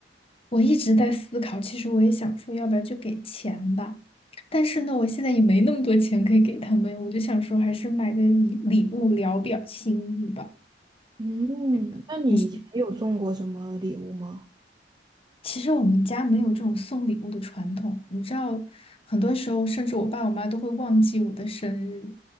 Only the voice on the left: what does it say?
我一直在思考，其实我也想说，要不要就给钱吧？但是呢，我现在也没那么多钱可以给他们，我就想说，还是买个礼礼物聊表心意吧。
嗯你
其实我们家没有这种送礼物的传统，你知道，很多时候甚至我爸我妈都会忘记我的生日，